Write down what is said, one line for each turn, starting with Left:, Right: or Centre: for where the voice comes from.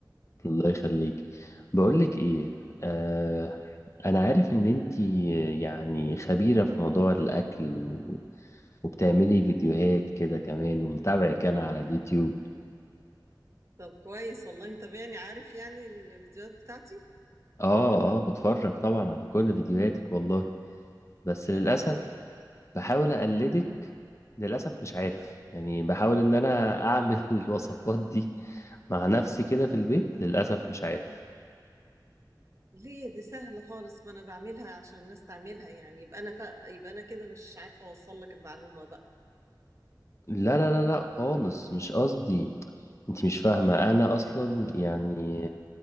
Left: الله يخليك بقولك ايه آه انا عارف ان انتي يعني خبيره في موضوع الاكل و... وبتعملي فيديوهات كده كمان ومتابعك انا على اليوتيوب
Right: طب كويس والله متابعني عارف يعني الفيديوهات بتاعتي
Left: اه اه بتفرج طبعا على كل فيديوهاتك والله بس
Right: حلوة
Left: للأسف
Right: قوي
Left: بحاول
Right: مم.
Left: اقلدك للاسف مش عارف يعني بحاول ان انا اعمل <laughs> الوصفات دي مع نفسي كده في البيت للاسف مش عارف
Right: ليه دي سهلة خالص ما انا بعملها عشان الناس تعملها يعني يبقى انا ف... يبقى انا كده مش عارفة اوصل لك المعلومة بقى
Left: لا لا لا لا خالص مش قصدي انت مش فاهمه انا اصلا
Right: مم.
Left: يعني